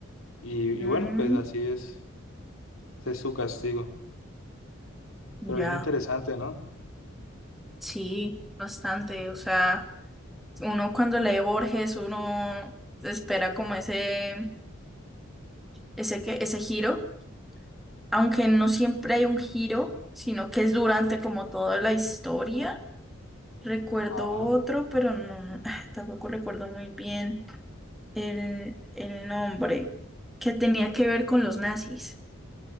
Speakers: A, on the left (about 85°); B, in the centre.
A: Y, y
B: Mm,
A: bueno, pues así es, ese es su castigo. Pero
B: ya,
A: bien interesante, ¿no?
B: sí, bastante. O sea, uno cuando lee Borges, uno espera como ese, ese, que- ese giro. aunque no siempre hay un giro, sino que es durante como toda la historia. Recuerdo
A: Ajá.
B: otro, pero no, <sighs> ah, tampoco recuerdo muy bien el, el nombre, que tenía que ver con los nazis.